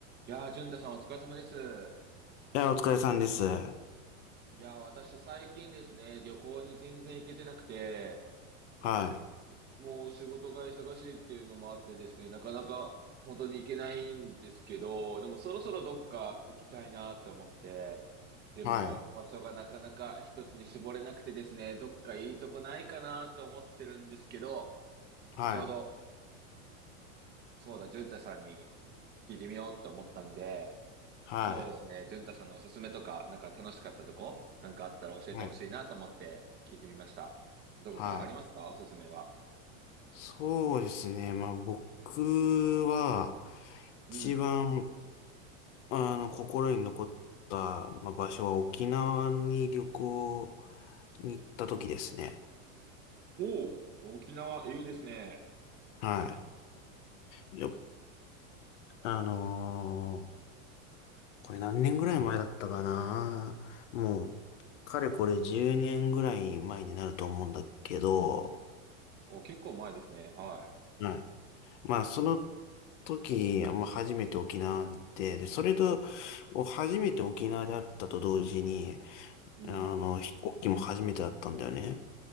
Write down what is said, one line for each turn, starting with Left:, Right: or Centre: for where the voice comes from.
Right: いやー、淳太さんお疲れ様です。
Left: いや、お疲れさんです。は
Right: いやー、私最近ですね、旅行に全然行けてなくて、
Left: い。
Right: もう仕事が忙しいっていうのもあってですね、なかなか本当に行けないんですけど、でもそろそろどっか行きたいなって思って、でも場所がなかなか一つに絞れなくてですね、
Left: はい。
Right: どっかいいとこないかなと思ってるんですけど、
Left: はい。
Right: ちょうど、そうだ、淳太さんに聞いてみようと思ったんで、
Left: はい。
Right: そうですね。淳太さんのおすすめとか、なんか楽しかったとこ、なんかあったら教えてほしいなと思って聞いてみました。
Left: はい。
Right: どこかありますかおすすめは。
Left: はい。そうですね。まあ、僕は、
Right: うん。
Left: 一番、あの、心に残った、まあ、場所は沖縄に旅行に行った時ですね。
Right: おお、沖縄いいですね。
Left: はい。よ、あのーこれ何年ぐらい前だったかな。もう、かれこれ10年ぐらい前になると思うんだけど、
Right: お、結構前ですね。は
Left: はいまあ、その時、まあ、初めて沖縄に行って、で、それと、初めて沖縄であったと同時に、
Right: い。
Left: あの、
Right: うん。
Left: 飛行機も初めてだったんだよね。